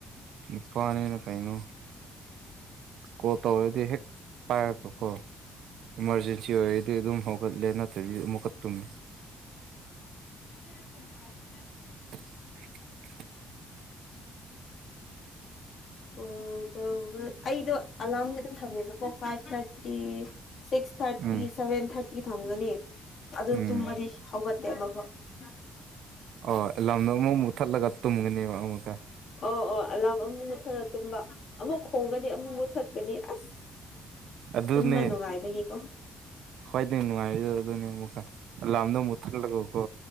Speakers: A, on the right; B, on the left.
A: ꯅꯨꯄꯥꯅꯤꯅ ꯀꯩꯅꯣ ꯀꯣꯜ ꯇꯧꯔꯗꯤ ꯍꯦꯛ ꯄꯥꯏꯔꯛꯄꯀꯣ ꯏꯃꯥꯔꯖꯦꯟꯁꯤ ꯑꯣꯏꯔꯗꯤ ꯑꯗꯨꯝ ꯍꯧꯒꯠꯂꯦ ꯅꯠꯇ꯭ꯔꯗꯤ ꯑꯃꯨꯛꯀ ꯇꯨꯝꯃꯦ
B: <unintelligible>
A: <unintelligible>
B: ꯀꯣꯜ ꯇꯧꯕꯥ ꯑꯩꯗꯣ ꯑꯂꯥꯔꯝꯗꯤ ꯑꯗꯨꯝ ꯊꯝꯃꯦꯕꯀꯣ ꯐꯥꯏꯚ ꯊꯥꯔꯇꯤ ꯁꯤꯛꯁ ꯊꯥꯔꯇꯤ
A: ꯎꯝ
B: ꯁꯚꯦꯟ ꯊꯥꯔꯇꯤ ꯊꯝꯒꯅꯤ ꯑꯗꯨ
A: ꯎꯝ
B: ꯇꯨꯝꯕꯗꯤ ꯍꯧꯒꯠꯇꯦꯕ ꯑꯃꯨꯛꯀꯥ
A: ꯑꯣ ꯑꯦꯂꯥꯝꯗ ꯑꯃ ꯃꯨꯛꯊꯠꯂꯒ ꯇꯨꯝꯒꯅꯦꯕ ꯑꯃꯨꯛꯀ
B: ꯑꯣ ꯑꯣ ꯑꯂꯥꯔꯝ ꯑꯃ ꯃꯨꯠꯊꯠꯂꯒ ꯇꯨꯝꯕ ꯑꯃꯨꯛ ꯈꯣꯡꯒꯅꯤ ꯑꯃꯨꯛ ꯃꯨꯠꯊꯠꯀꯅꯤ ꯑꯁ
A: ꯑꯗꯨꯅꯦ
B: ꯇꯨꯝꯕ ꯅꯨꯡꯉꯥꯏꯕꯒꯤꯀꯣ
A: ꯈ꯭ꯋꯥꯏꯗꯒꯤ ꯅꯨꯡꯉꯥꯏꯕꯗꯨꯗ ꯑꯗꯨꯅꯦ ꯑꯃꯨꯛꯀ ꯑꯂꯥꯝꯗꯣ ꯑꯃꯨꯛ ꯊꯜꯂꯒꯀꯣ